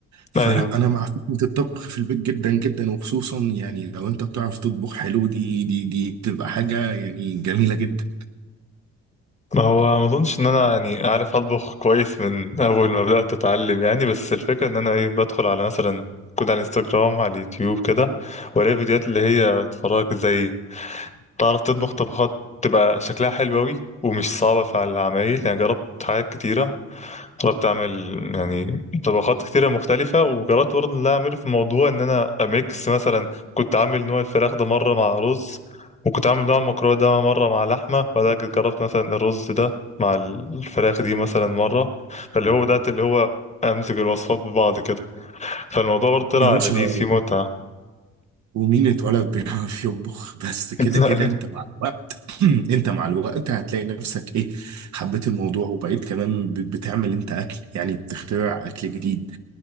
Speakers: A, on the right; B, on the left.
A: فلأ
B: امم
A: أنا مع فكرة الطبخ في البيت جدا جدا وخصوصا يعني لو أنت بتعرف تطبخ حلو دي دي دي بتبقى حاجة يعني جميلة جدا
B: ما هو ما اظنش ان انا يعني عارف اطبخ كويس من اول ما بدات اتعلم يعني بس الفكره ان انا ايه بدخل على مثلا كود على الانستجرام على اليوتيوب كده والاقي فيديوهات اللي هي تفرجك ازاي تعرف تطبخ طبخات تبقى شكلها حلو قوي ومش صعبه في العمايل يعني جربت حاجات كتيره طلبت اعمل يعني طبخات كتيرة مختلفة وجربت برضه اللي اعمله في موضوع ان انا اميكس مثلا كنت عامل نوع الفراخ ده مرة مع رز وكنت عامل نوع المكرونة ده مرة مع لحمة بعدها جيت جربت مثلا الرز ده مع الفراخ دي مثلا مرة فاللي هو بدأت اللي هو امزج الوصفات ببعض كده فالموضوع برضه طلع
A: يا باشا
B: لذيذ فيه متعة
A: ومين اتولد بيعرف يطبخ بس كده
B: <laughs>
A: كده انت مع الوقت <clears throat> انت مع الوقت هتلاقي نفسك ايه حبيت الموضوع وبقيت كمان بت- بتعمل انت اكل يعني بتخترع اكل جديد